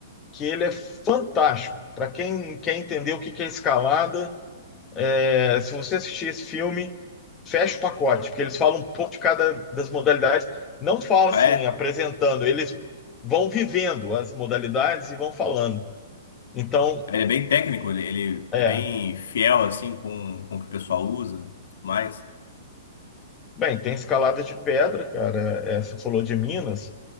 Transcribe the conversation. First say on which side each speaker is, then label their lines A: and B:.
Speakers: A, on the left (about 20°); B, on the left (about 80°).
A: que ele é fantástico. Para quem quer entender o que que é escalada, é, se você assistir esse filme, fecha o pacote, porque eles falam um pouco de cada das modalidades. Não fala assim,
B: Ah, é?
A: apresentando, eles vão vivendo as modalidades e vão falando. Então,
B: Ele é bem técnico, ele, ele
A: é.
B: é bem fiel, assim, com, com o que o pessoal usa e tudo mais.
A: Bem, tem escalada de pedra, cara. É, você falou de Minas.